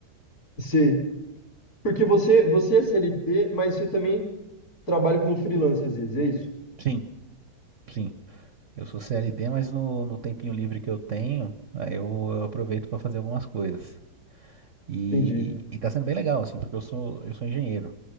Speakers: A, on the left; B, on the right.
A: sei, porque você, você é CLT, mas você também trabalha como freelancer às vezes, é isso?
B: Sim, sim. Eu sou CLT, mas no, no tempinho livre que eu tenho, aí eu, eu aproveito pra fazer algumas coisas. E,
A: Entendi.
B: e, e tá sendo bem legal, assim, porque eu sou, eu sou engenheiro.